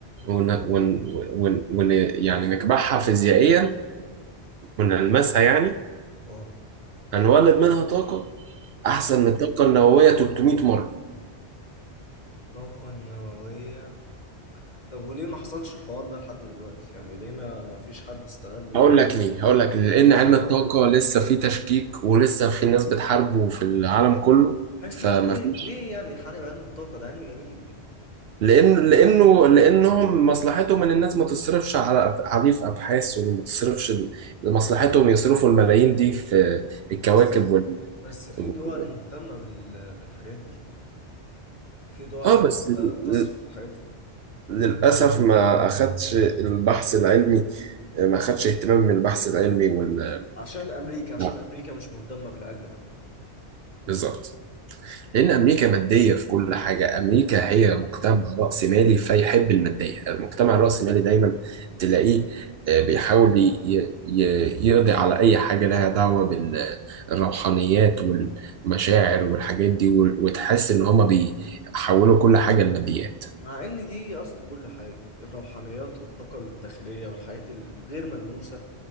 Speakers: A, on the right; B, on the left.
A: ون... ون... ون... ون... يعني نكبحها فيزيائيا ونلمسها يعني
B: آه
A: هنولد منها طاقه احسن
B: آه
A: من الطاقه النوويه 300 مره
B: طاقة نووية طب وليه ما حصلش الحوار ده لحد دلوقتي يعني ليه ما ما فيش حد استغل النقطة
A: هقول لك ليه هقول لك ليه. لان
B: وقدر
A: علم
B: يحولها
A: الطاقه لسه فيه تشكيك ولسه في ناس بتحاربه في العالم كله
B: هيستفادوا
A: فما
B: إيه
A: فيش
B: ليه يعني يحارب علم الطاقة ده علم جميل
A: لان لانه لانهم مصلحتهم ان الناس ما تصرفش على عليه في ابحاث وما تصرفش ال- مصلحتهم يصرفوا الملايين دي في الكواكب
B: بس
A: وال...
B: بس في
A: وال-
B: دول مهتمة بال- بالحاجات دي في دول
A: اه
B: عندها
A: بس
B: استعداد
A: لل-
B: تصرف في الحاجات دي
A: للاسف ما اخدش البحث العلمي ما اخدش اهتمام من البحث العلمي وال
B: عشان امريكا عشان
A: نعم،
B: امريكا مش مهتمه بالعلم ده
A: بالظبط لأن أمريكا مادية في كل حاجة أمريكا هي
B: ايوه
A: مجتمع
B: ايوه
A: رأسمالي فيحب المادية المجتمع الرأسمالي دايما تلاقيه آه،
B: بالظبط
A: بيحاول
B: بقى.
A: ي- ي- ي- يقضي على أي حاجة لها دعوة بالروحانيات والمشاعر والحاجات دي وال- وتحس إن هما بيحولوا كل حاجة لماديات
B: مع ان دي اصل كل حاجه الروحانيات والطاقه الداخليه والحاجات الغير ملموسه